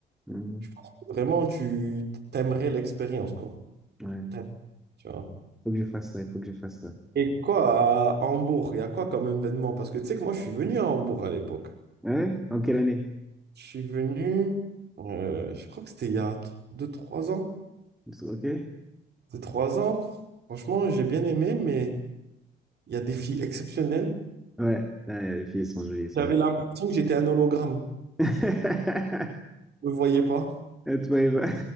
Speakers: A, in the centre; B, on the right (about 55°).
A: Mm.
B: Je pense que vraiment, tu t'aimerais l'expérience, quoi.
A: Ouais,
B: T'aimerais, Tu vois.
A: faut que je fasse ça, il faut que je fasse ça.
B: Et quoi, à Hambourg, il y a quoi comme événement? Parce que tu sais que moi, je suis venu à Hambourg à l'époque.
A: Ouais? En quelle année?
B: Je suis venu, euh, je crois que c'était il y a deux trois ans.
A: Ok?
B: deux trois ans, franchement, j'ai bien aimé, mais il y a des filles exceptionnelles.
A: Ouais, Ah, les filles sont jolies, elles sont
B: J'avais
A: jolies.
B: l'impression que j'étais un hologramme.
A: <laughs>
B: Je ne me voyais pas.
A: Euh, Toi, Eva.